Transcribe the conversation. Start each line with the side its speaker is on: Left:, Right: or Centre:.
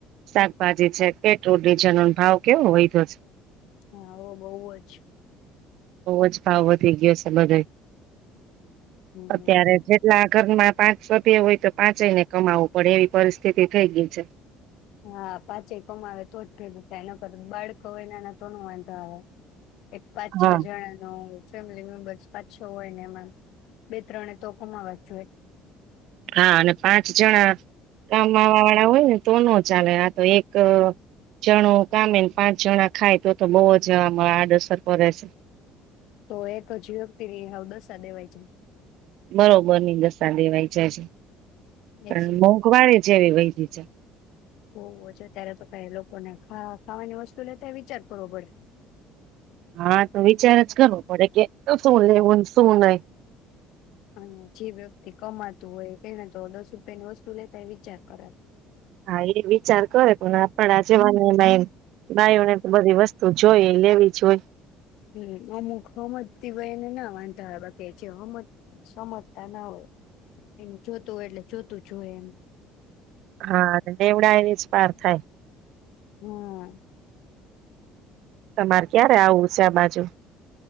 Right: શાકભાજી છે, પેટ્રોલ, ડીઝલ નો ભાવ કેવો વયધો છે.
Left: હા હો બવ જ.
Right: બવ જ ભાવ વધી ગયો છે બધે.
Left: હમ
Right: અત્યારે જેટલા આ ઘરમા પાંચ સભ્ય હોય તો પાંચ જઈને કમાવવું પડે એવી પરિસ્થિતિ થઈ ગઈ છે.
Left: હા પાચે કમાવે તો જ ફયદો થાય એ નકર બાળકો હોયને એના તો ન વાંધો આવે. એક પાંચ છ
Right: હા.
Left: જણા નો ફેમિલી મેમ્બર્સ પાંચ છો હોય ને એમાં બે ત્રણે તો કુમાવા જ જોએ.
Right: હા અને પાંચ જણા કામવા વાળા હોય ને તો ન ચાલે આ તો એક જણું કામે પાંચ જણા ખાય તો તો બહુ જ આમ આડઅસર પરે છે.
Left: તો એક જ વ્યક્તિની હવ દશા દેવાય છે.
Right: બરોબરની દશા દેવાય જાય છે. પણ
Left: એજ ને
Right: મોંઘવારી જ એવી ભઈ. <unintelligible> છે?
Left: હોવો છે ત્યારે તો કઈ લોકોને ખા ખાવાની વસ્તુ લેતાય વિચાર કરવો પડે.
Right: હા તો વિચાર જ કરવો પડે કે શું લેવું શું નહી.
Left: અને જે વ્યક્તિ કમાતું હોય એને તો દસ રૂપિયાની વસ્તુ લેતા વિચાર કરે.
Right: હા એ વિચાર કરે પણ આપણા જવાની, ભાઈઓને તો બધી વસ્તુ જોઈ લેવી જો હોઈ.
Left: હમ અમુક હમજતીય એને ના વાંધા હોય બાકી જેમ સમજતા ના હોય, એને જોતું હોય એટલે જોતું જ હોય એમ.
Right: હા દેવડા એને જ પાર થાય.
Left: હમ.
Right: તમારે ક્યારે આવું છે આ બાજુ.